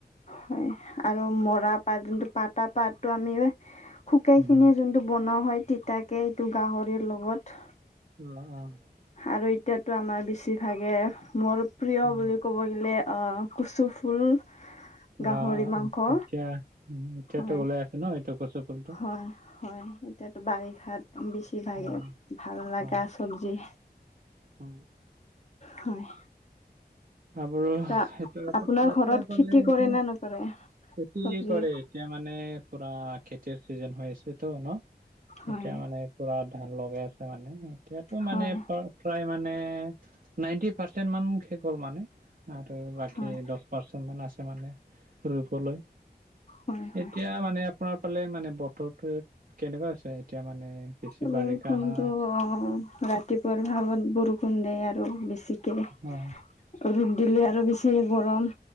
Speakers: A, on the left (about 40°); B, on the right (about 55°).
A: হয় আৰু মৰা পাত যোনটো পাতা পাতটো আমি শুকাই খিনি
B: উম
A: যোনটো বনোৱা হয় তিতাকে, এইটো গাহৰিৰ লগত
B: অ
A: আৰু এতিয়াতো আমাৰ বেছিভাগে মোৰ প্ৰিয়
B: উম
A: বুলি ক'ব গ'লে, অ' কচু ফুল গাহৰি
B: অ অ
A: মাংস
B: অ এতিয়া উম এতিয়াতো
A: হয়,
B: ওলাই আছে ন এইটো কচু ফুলটো
A: হয় হয় এতিয়া বাৰিষাত বেছি ভাগে
B: অ
A: ভাল লাগা
B: অ
A: চবজি
B: অ
A: হয়
B: তাপোৰ
A: ত
B: সেইটো <unintelligible>
A: আপোনাৰ
B: সেইটো
A: ঘৰত খেতি কৰে
B: খেতি
A: নে নকৰে চব্জিৰ
B: কৰে। এতিয়া মানে পুৰা খেতিৰ চিজন হৈ আছেতো ন
A: হয়
B: এতিয়া মানে পুৰা ধান লগাই আছে মানে এতিয়াতো
A: হয়
B: মানে প্ৰায় মানে নাইনটি পাৰ্চেন্ট মান শেষ হল মানে আৰু বাকী
A: হয়
B: দছ পৰ্চেন্তমান আছে মানে ৰোবলৈ,
A: হয় হয়
B: এতিয়া মানে আপোনাৰ ফালে মানে বতৰটো কেনেকুৱা আছে এতিয়া মানে? বেছি
A: বৰষুণটো
B: বাৰিষা না
A: অ ৰাতিপুৱাৰ ভাগত বৰষুণ দিয়ে আৰু বেছি। ৰ'দ
B: অ
A: দিলে আৰু বেছিহে গৰম